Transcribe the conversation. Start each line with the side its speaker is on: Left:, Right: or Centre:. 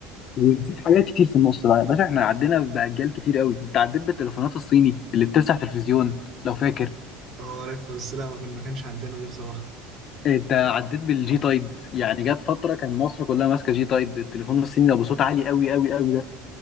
Left: ونسيت حاجات كتير في النص بقى يا باشا احنا عدينا باجيال كتير قوي انت عديت بالتليفونات الصيني اللي بتفتح تلفزيون لو فاكر
Right: اه عارف بس لا ما كنا ما كانش عندنا دي بصراحه
Left: انت عديت بالجي تايد يعني جت فتره كان مصر كلها ماسكه جي تايد التليفون الصيني ده بصوت عالي قوي قوي قوي